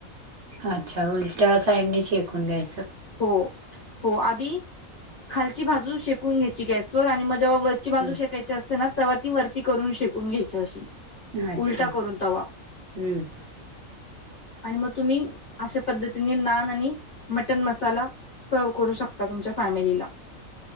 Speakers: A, on the right; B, on the left.
A: अच्छा! उलट्या साईडनी शेकून द्याय
B: हो, हो आधी खालची बाजू शेकून घ्यायची गॅसवर आणि म जेव्हा वरची बाजू
A: हम्म
B: शेकायची असते ना, तवा ती वरती करून शेकून घ्यायची अशी
A: अच्छा!
B: उलटा करून तवा
A: हम्म
B: आणि मग तुम्ही अशा पद्धतीने नान आणि मट टण मसाला सर्व्ह करू शकता तुमच्या फॅमिलीला